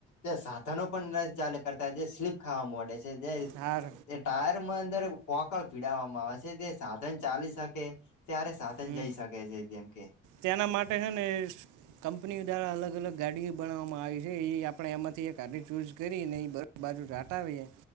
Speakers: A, on the left; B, on the right.
A: તે સાધનો પણ ન‌ઇ ચાલે કરતા જે સ્લીપ ખાવા મડે છે જે
B: હાર
A: એ ટાયર માં અંદર કોકળ પીડવામાં આવે છે તે સાધન ચાલી શકે ત્યારે સાધન
B: હમ
A: જઈ શકે છે જેમ કે.
B: તેના માટે હે ને કંપની દ્વારા અલગ અલગ ગાડીઓ બનાવવામાં આવી છે એ આપડે એમાંથી ગાડી ચૂઝ કરી ને બ બાજુ જાટાવીએ